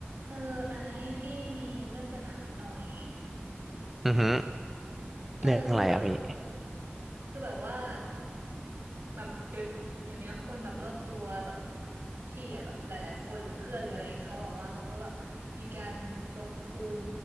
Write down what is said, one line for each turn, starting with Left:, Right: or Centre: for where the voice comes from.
Right: เออไอซ์พี่มีเรื่องจะถามหน่อย
Centre: อือฮึ
Right: เออคือแบบ
Centre: เรื่องอะไรอ่ะพี่
Right: คือแบบว่าแบบเดี๋ยวเดี๋ยวนี้คนแบบรอบตัวแบบพี่อะแบบหลายๆคนหรือเพื่อนหรืออะไรเงี้ยเขาแบบว่าเขาก็แบบมีการลงทุน